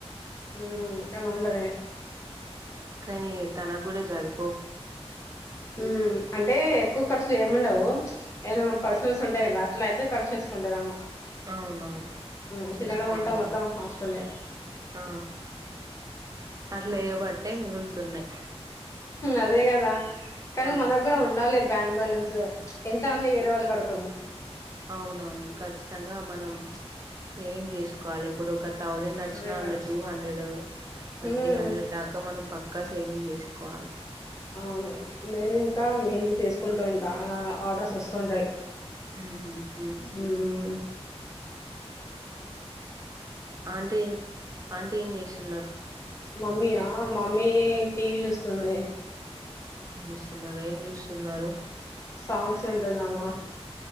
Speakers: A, on the left; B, on the right.
A: హ్మ్ అలా ఉండదే.
B: కనీ తనగుడ జరి.
A: ఉమ్. అంటే ఎక్కువ కర్సులు ఏముండవు ఏద మ పర్సనల్స్ ఉంటాయి కదా అట్లా అయితే కర్సుసేసుకుంటది అమ్మ.
B: అవునవును
A: ఉ
B: చేసుకోవాలి
A: తినడం అంటా మొత్తం
B: కదా
A: హాస్టల్ లే.
B: ఆ అట్లా ఏబట్టే మిగులుతున్నాయ్.
A: అదే గదా కానీ
B: ఆ
A: మనగూడా ఉండాలే. బ్యాంక్ బ్యాలెన్స్ ఎంత అని వేరే వాళ్ళుకు అడుగుతాం.
B: అవునవును ఖచ్చితంగా మనం సేవింగ్ చేసు. కోవాలి ఇప్పుడు ఒక థౌజండ్ అచ్చిన
A: అదేగా
B: అంల్లా టూ హండ్రెడ్
A: హ్మ్
B: ఆ త్రీ హండ్రెడ్ దాకా మనం పక్క. అక్క సేవింగ్ జేసుకోవాలి.
A: అవును నేను ఇంకా మెహందీ చేసుకుంటూ ఉంటా అలా ఆర్డర్స్ ఓస్తుంటాయి.
B: ఉహు హు.
A: ఉమ్.
B: ఆంటీ ఆంటీ ఏం జేస్తున్నారు.
A: మమ్మీయా మమ్మీ టీవీ జూస్తుంది.
B: టీవీ జూస్తున్నార ఏం జూస్తున్నారు.
A: సాంగ్స్ వింటుఅమ్మ.